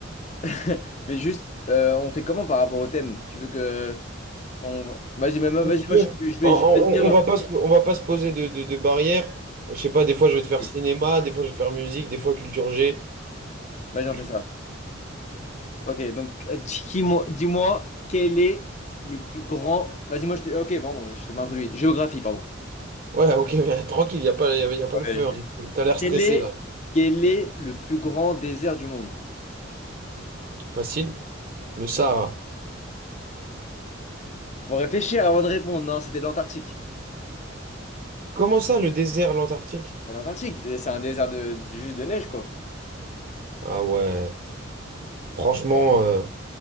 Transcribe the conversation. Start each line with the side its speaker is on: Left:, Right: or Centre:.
Left: ouais. ouais. <laughs> Mais juste, euh, on fait comment par rapport au thème? Tu veux que... On... Vas-y, même, vas-y,
Right: Comme tu
Left: moi,
Right: veux.
Left: je je vais,
Right: On, on-
Left: je vais te dire...
Right: on va pas, se- on va pas se poser de, de, de barrières. Je sais pas, des fois
Left: Ok.
Right: je vais te faire cinéma, des fois je vais te faire musique, des fois culture G.
Left: Vas-y, on
Right: Tu-
Left: fait ça. Ok, donc euh, dis-moi, dis-moi quel est le plus grand. Vas-y, moi je t'ai. euh, Ok, pardon, je t'ai mal introduit. Géographie, pardon.
Right: Ouais, ok, <laughs> mais tranquille, il a pas, y a, y a pas
Left: Ouais,
Right: le feu.
Left: je-
Right: Tu T'as l'air stressé
Left: Quel est...
Right: là.
Left: quel est le plus grand désert du monde?
Right: Facile. Le Sahara.
Left: Faut réfléchir avant de répondre. Non, c'était l'Antarctique.
Right: Comment ça, le désert, l'Antarctique?
Left: Mais L'Antarctique, c'est un désert de... de- juste de neige, quoi.
Right: Ah ouais, franchement, euh,